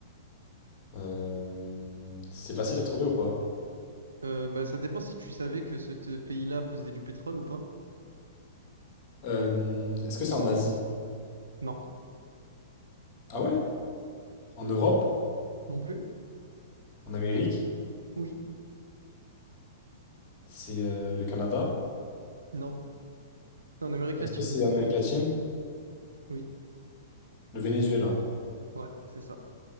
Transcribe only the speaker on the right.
Euh, bah, ça dépend si tu savais que ce te- pays-là possédait du pétrole ou pas.
Non.
Non plus?
Oui.
Non. C'est en Amérique
latine.
Oui.
Ouais, c'est ça.